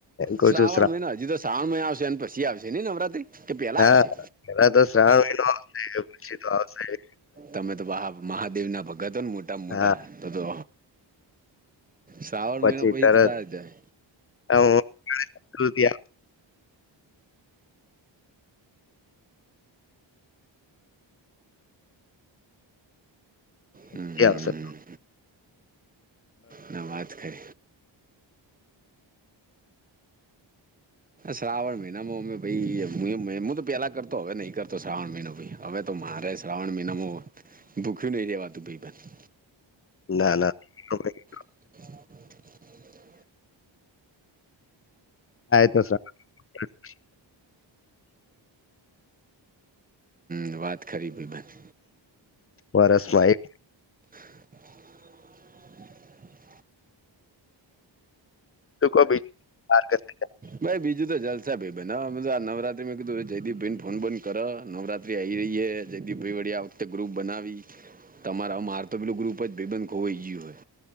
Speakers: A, on the left; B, on the right.
A: કઉ
B: શ્રાવણ
A: છું
B: મહયનો હજી તો શ્રાવણ મહય આવશે પછી આવશે નઈ નવરાતિ કે પેલા
A: હા,
B: આવશે
A: પેલા તો શ્રાવ ન આવશે પછી તો આવશે ગ
B: તમે તો મહાદેવ ના ભગતો મોટામાં મોટા
A: હા,
B: તો તો. શ્રાવણ
A: પછી
B: મહિનો
A: તરત
B: તો તાર જાય
A: હું. <unintelligible>
B: હમ્મ.
A: આવતી આવશે.
B: ના વાત કરે. શ્રાવણ મહિનામાં અમે ભાઈ હું હું તો પહેલા કરતો હવે નહીં કરતો શ્રાવણ મહિનો ભાઈ. હવે તો મારે શ્રાવણ મહિનામાં ભૂખ્યું નહી રેવાતું ભઈબંધ.
A: ના ના હો ભઈ.
B: <inaudible>
A: તો સર. <unintelligible>
B: હ વાત ખરી ભઈબંધ.
A: વરસમાં એક
B: <inaudible>
A: શું કો બી. <unintelligible>
B: ભાઈ બીજું તો જલસા ભઈબંધ હ નવરાત્રી મે કીધું જયદીપ ભઈ ને ફોન બંધ કરો નવરાત્રી આ આવી રહી હ જયદીપ ભાઈ વળી આ વખતે ગ્રુપ બનાવી. તમારા માર તો પેલુ ગ્રુપ જ ભઇબંધ ખોવાઈ ગિયું હે.